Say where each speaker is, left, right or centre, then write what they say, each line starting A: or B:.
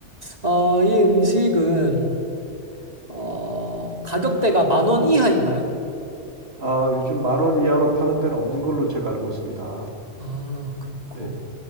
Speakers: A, on the right; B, on the right.
A: 어, 이 음식은, 어, 가격대가 만 원 이하인가요?
B: 아, 요즘 만원 이하로 파는 데는 없는 걸로 제가 알고 있습니다.
A: 아, 그렇고.
B: 네.